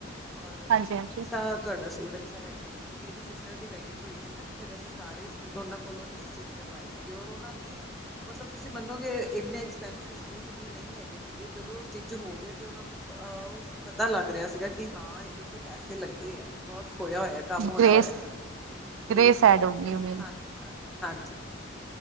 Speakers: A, in the centre; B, on the right.
A: ਔਰ
B: ਹਾਂਜੀ ਹਾਂਜੀ
A: ਅੱਛਾ ਤੁਹਾਡਾ ਸੂਟ ਅੱਛਾ ਰੇਡੀ ਮੇਰੀ ਸਿਸਟਰ ਦੀ ਵੈਡਿੰਗ ਹੋਈ ਸੀ ਨਾ ਤੇ ਫੇਰ ਅਸੀਂ ਸਾਰੇ ਸੂਟ ਉਹਨਾਂ ਕੋਲੋਂ ਹੀ ਸਟਿਚ ਕਰਵਾਏ ਸੀ ਉਹਨਾਂ ਨੇ ਮਤਲਬ ਤੁਸੀਂ ਮੰਨੋ ਕਿ ਇੰਨੇ ਐਕਸਪੈਂਸਿਵ ਸੂਟ ਵੀ ਨਹੀਂ ਹੈਗੇ ਸੀਗੇ ਜਦੋਂ ਸਟਿਚ ਹੋ ਗਏ ਤੇ ਓਨਾਂ ਨੂੰ ਅ ਪਤਾ ਲੱਗ ਰੇਆ ਸੀਗਾ ਕਿ ਹਾਂ ਇਦੇ ਉੱਤੇ ਪੈਸੇ ਲੱਗੇ ਆ ਵਕ ਹੋਏਆ, ਹੋਏਆ ਕੰਮ
B: ਗ੍ਰੇਸ
A: ਹੋਏਆ, ਹੋਏਆ ਕਰੀਸ
B: ਗ੍ਰੇਸ
A: ਹਾਂਜੀ,
B: ਐਡ ਹੋ ਗਈ ਹੈ ਮੇਰੀ
A: ਹਾਂਜੀ, ਹਾਂਜੀ